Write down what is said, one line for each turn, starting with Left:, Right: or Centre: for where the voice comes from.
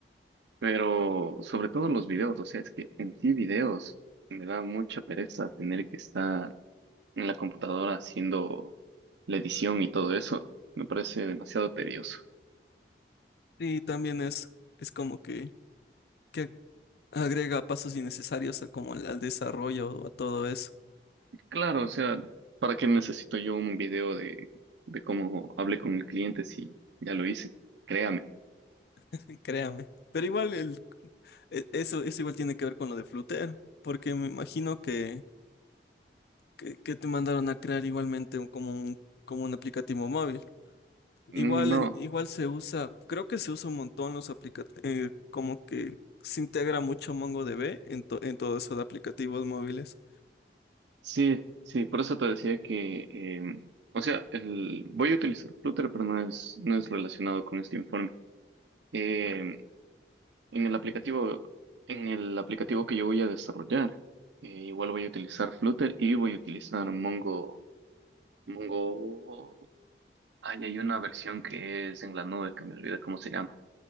Right: Pero sobre todo los videos, o sea, es que en sí videos me da mucha pereza tener que estar en la computadora haciendo la edición y todo eso. Me parece demasiado tedioso.
Left: Sí, también es, es como que, que agrega pasos innecesarios a como al, al desarrollo o a todo eso,
Right: Claro, o sea, ¿para qué necesito yo un video de, de cómo hablé con el cliente si ya lo hice? Créame.
Left: <laughs> créame. Pero igual el, e- eso, eso igual tiene que ver con lo de Flutter, porque me imagino que, que, que te mandaron a crear igualmente un, como un, como un aplicativo móvil.
Right: Mm,
Left: Igual,
Right: No,
Left: en- igual se usa, creo que se usa un montón los aplicativos, como que se integra mucho MongoDB en, to- en todo eso de aplicativos móviles.
Right: sí, sí, por eso te decía que, eh, o sea, el, voy a utilizar Flutter, pero no es, no es relacionado con este informe. Em, En el aplicativo, en el aplicativo que yo voy a desarrollar, eh, igual voy a utilizar Flutter y voy a utilizar Mongo. Mongo. Ay, hay una versión que es en la nube que me olvidé cómo se llama.